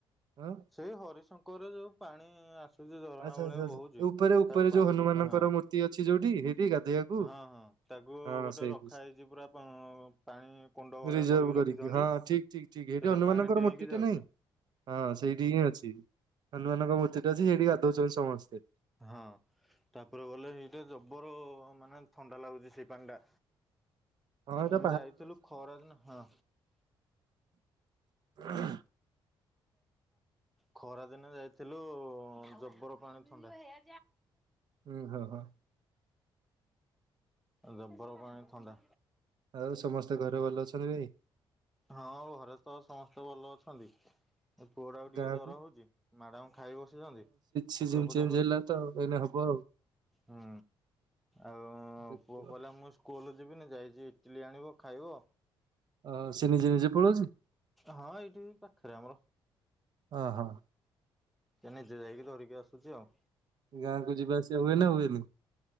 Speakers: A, on the right; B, in the centre.
A: ହଁ
B: ସେ ହରିଶଙ୍କରରେ ଯୋଉ ପାଣି ଆସ ସେ ଝରଣା
A: ଆଚ୍ଛା
B: ଭଳିଆ
A: ଆଚ୍ଛା ଆଚ୍ଛା
B: ବହୁଛି
A: ଉପରେ ଉପରେ
B: ତା ପାଣି
A: ଯୋଉ ହନୁମାନଙ୍କର
B: ହଁ
A: ମୂର୍ତ୍ତି ଅଛି ଯୋଉଠି ସେଇଠି ଗାଧେଇବାକୁ।
B: ହଁ ହଁ। ତାକୁ
A: ହଁ
B: ଗୋଟେ
A: ସେଇଠି।
B: ରଖା ହେଇଛି ପୁରା ପାଣି କୁଣ୍ଡ ଭଳିଆ
A: ରିଜର୍ଭ
B: କରିକି ରଖିଛନ୍ତି।
A: ହଁ
B: ସେଇଟା
A: ଠିକ ଠିକ ଠିକ ସେଇଠି ହନୁମାନଙ୍କର
B: ପାଣି ଡେଇଁକି
A: ମୂର୍ତ୍ତିଟେ
B: ଯାଉଛେ?
A: ନାହିଁ ହଁ ସେଇଠି ହିଁ ଅଛି ହନୁମାନଙ୍କ ମୂର୍ତ୍ତିଟେ ଅଛି ସେଇଠି ଗାଧଉଛନ୍ତି ସମସ୍ତେ।
B: ହଁ। ତାପରେ ଗଲେ ସେଇଟା ଜବର ମାନେ ଥଣ୍ଡା ଲାଗୁଛି ସେଇ ପାଣି ଟା।
A: ହଁ ଏଇଟା
B: ଆମେ ଯାଇଥିଲୁ ଖରାଦିନ ହଁ।
A: ହ
B: ଖରା ଦିନେ ଯାଇଥିଲୁ ଜବର ପାଣି ଥଣ୍ଡା। ହୁଁ
A: ହୁଁ ହଁ ହଁ
B: ଜବର ପାଣି ଥଣ୍ଡା।
A: ଆଉ ସମସ୍ତେ ଘରେ ଭଲ ଅଛନ୍ତି ଭାଇ?
B: ହଁ ଘରେ ତ ସମସ୍ତେ ଭଲ ଅଛନ୍ତି। ପୁଅଟାକୁ ଟିକେ
A: ଗାଁକୁ
B: ଜର ହଉଛି ମାଡାମ ଖାଇ ବସିଛନ୍ତି।
A: ସିଯିନ
B: ଠାକୁର ପୂଜା
A: ଚେଞ୍ଜ
B: କରିକି
A: ହେଲା ତ ଏଇନେ ହବ ଆଉ
B: ହୁଁ ଆଉ
A: ଦେଖିବା।
B: ପୁଅ କହିଲା ମୋ ସ୍କୁ ସ୍କୁଲ ଯିବିନି ଯାଇଛି ଇଟିଲି ଆଣିବ ଖାଇବ।
A: ଅ ସେ ନିଜେ ନିଜେ ପଳଉଛି
B: ହଁ ଏଇଠି ପାଖରେ ଆମର
A: ଅ ହଁ।
B: ସେ ନିଜେ ଯାଇକି ଧରିକି ଆସୁଛି ଆଉ
A: ଗାଁକୁ ଯିବା ଆସିବା ହୁଏ ନା ହୁଏନି?